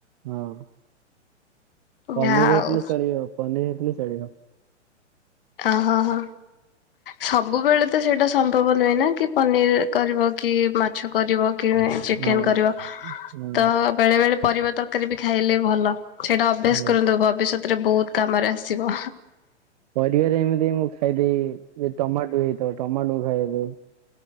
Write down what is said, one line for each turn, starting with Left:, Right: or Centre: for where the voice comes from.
Right: ହଁ। ପନିର
Left: ଯାହା ହଉ
Right: ହେଇଥିଲେ ଚଳିବ, ପନିର ହେଇଥିଲେ ଚଳିବ।
Left: ଆ ହ ହ। ସବୁବେଳେ ତ ସେଇଟା ସମ୍ଭବ ନୁହେଁ ନା କି ପନିର କରିବ। କି ମାଛ କରିବ, କି ଚିକେନ
Right: ହଁ
Left: କରିବ
Right: ହଁ
Left: ତ ବେଳେ ବେଳେ ପରିବା ତରକାରୀ ବି ଖାଇଲେ ଭଲ। ସେଇଟା ଅଭ୍ୟାସ
Right: ହଁ।
Left: କରନ୍ତୁ ଭବିଷ୍ୟତରେ ବହୁତ କାମରେ ଆସିବ।
Right: ପରିବାରେ ଏମିତି ମୁଁ ଖାଇଦେଇ ଯଦି ଟମାଟୋ ହେଇଥିବ ଟମାଟୋ ମୁଁ ଖାଇବା ପାଇଁ